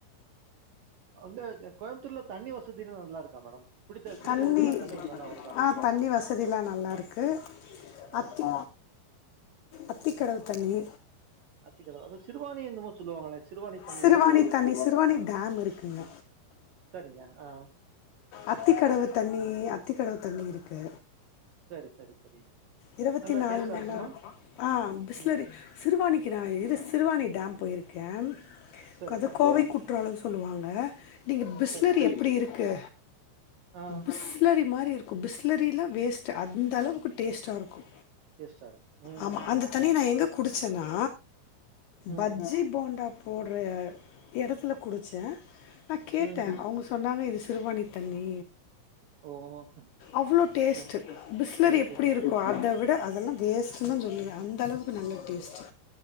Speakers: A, on the right; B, on the left.
A: அங்க கோயம்புத்தூர்ல தண்ணி வசதிலாம் நல்லா இருக்கா மேடம்? குடித்த குடிக்கிறதுக்கெல்லாம்
B: தண்ணி
A: நல்லா வருதா?
B: அ தண்ணி வசதில்லா நல்லாருக்கு
A: ஆ,
B: அத்தி
A: ஆ.
B: அத்திக்கடவு தண்ணி
A: அத்திக்கடவு அது சிறுவாணி என்னமோ சொல்லுவாங்களே சிறுவாணி தண்ணி
B: சிறுவாணி
A: வருதுன்னு சொல்லுவாங்களே
B: தண்ணி சிறுவாணி டேம் இருக்குங்க
A: சரிங்க ஆ
B: அத்திக்கடவு தண்ணி அத்திக்கடவு தண்ணி இருக்கு
A: சரி சரி சரி
B: இருவத்தி
A: நல்லா
B: நாலு
A: டேஸ்ட்டா
B: மண்
A: இருக்குமா
B: நேரோ ஆ பிஸ்லரி
A: ம்
B: சிறுவாணிக்கு நா இரு சிறுவாணி டேம் போயிருக்கே
A: சரிங்க
B: கத கோவை குற்றாலம் சொல்லுவாங்க நீங்க பிஸ்லரி
A: சரி
B: எப்டி இருக்கு
A: ஆ
B: பிஸ்லரி மாரி இருக்கு பிஸ்லரிலா வேஸ்ட்டு அந்தளவுக்கு டேஸ்ட்டா இருக்கு
A: டேஸ்ட்டா இருக்கும் ம்
B: ஆமா அந்த
A: ம்
B: தண்ணி நா எங்க குடிச்சனா
A: ம்
B: பஜ்ஜி, போண்டா போட்ற எடத்துல குடிச்சே நா கேட்டே
A: ம்
B: அவுங்க சொ சொன்னாங்க இது சிறுவாணித் தண்ணி
A: ஓ ம்
B: அவ்ளோ டேஸ்ட்
A: ச
B: பிஸ்லரி
A: அவ்ளோ
B: எப்டி
A: டேஸ்ட்டா
B: இருக்கு அத விட அதெல்லா வேஸ்ட்டுதா சொல்லுவே அந்தளவுக்கு நல்ல டேஸ்ட்டு